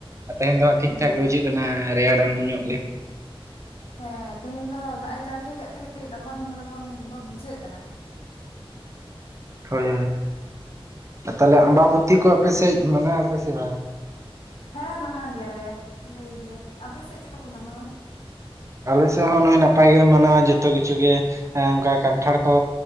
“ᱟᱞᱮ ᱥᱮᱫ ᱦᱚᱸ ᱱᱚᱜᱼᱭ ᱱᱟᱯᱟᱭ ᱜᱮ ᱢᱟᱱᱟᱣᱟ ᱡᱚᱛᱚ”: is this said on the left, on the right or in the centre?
Right